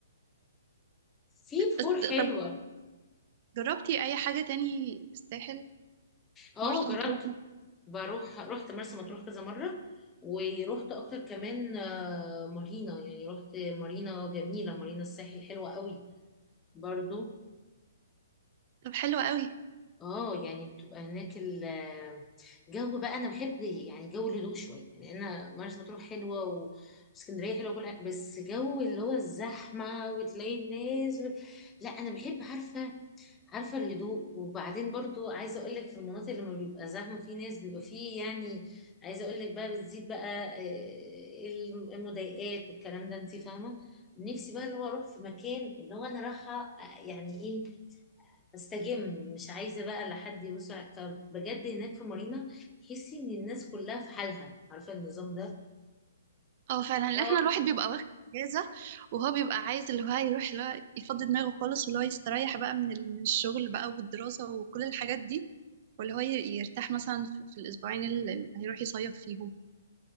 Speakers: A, on the left; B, on the right.
A: <laughs> في بحور
B: بس
A: حلوة
B: طب جربتي اي حاجة تاني في الساحل
A: اه
B: مرسى
A: جربت
B: مطروح
A: بروح رحت مرسى مطروح كذا مرة ورحت أكتر كمان آه، مارينا يعني رحت مارينا جميلة مارينا الساحل حلوة قوي برضو
B: طب حلو قوي
A: اه يعني بتبقى هناك الجو بقى انا بحب يعني جو الهدوء شويه يعني انا مرسى مطروح حلوه و- واسكندريه حلوه وكل حاجة، بس جو اللي هو الزحمه وتلاقي الناس و... لا انا بحب عارفه عارفة الهدوء وبعدين برضو عايزة اقولك في المناطق اللي ما بيبقى زحمة في ناس بيبقى فيه يعني عايزة اقولك بقى بتزيد بقى آه، المضايقات والكلام ده انتي فاهمة نفسي بقى اللي هو اروح في مكان اللي هو انا رايحة آه، يعني ايه استجم مش عايزة بقى لا حد يبص على- فبجد هناك في مارينا تحسي ان الناس كلها في حالها عارفة النظام
B: اه فعلا لأن
A: ده
B: احنا الواحد بيبقى واخد اجازة وهو بيبقى عايز اللي هو يروح اللي هو يفضي دماغه خالص واللي هو يستريح بقى من ال- من الشغل بقى والدراسة وكل الحاجات دي واللي هو ي- يرتاح مثلا في في الأسبوعين اللي هيروح يصيف فيهم